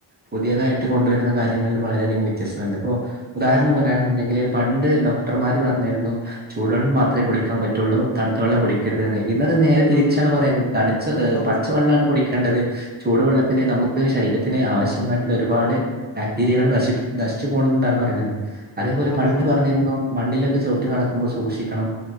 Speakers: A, on the right; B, on the left.
A: പുതിയതായിട്ട് കൊണ്ടുവരുന്ന കാര്യങ്ങളിൽ വളരെയധികം വ്യത്യസ്തുണ്ട് ഇപ്പോ ഉദാഹരണം
B: അതെ
A: പറ യാണെന്നുണ്ടെങ്കിൽ പണ്ട് ഡോക്ടർമാർ പറഞ്ഞിരുന്നു. ചൂടുവെള്ളം മാത്രമ കുടിക്കാൻ പറ്റയുള്ളൂ തണുത്ത വെള്ളം കുടിക്കരുത്തന്ന് ഇന്നലത്തെ നേരെ തിരിച്ചാണ്
B: അതെ
A: പറയുന്നത് തണിച്ച
B: അതെ
A: പച്ച വെള്ളമാണ് കുടിക്കേണ്ടത് ചൂടുവെള്ളത്തില് നമുക്ക് ശരീരത്തിന് ആവശ്യമായിട്ടുള്ള ഒരുപാട് ബാക്ടീരിയകൾ നശി നശിച്ചു പോക് ണ്ണ് ണ്ട് എന്നാണ് പറയുന്നത് അതേപോലെ
B: അതെ
A: പണ്ട് പറഞ്ഞിരുന്നു. മണ്ണിലൊക്കെ ചവിട്ടി നടക്കുമ്പോൾ സൂക്ഷിക്കണം.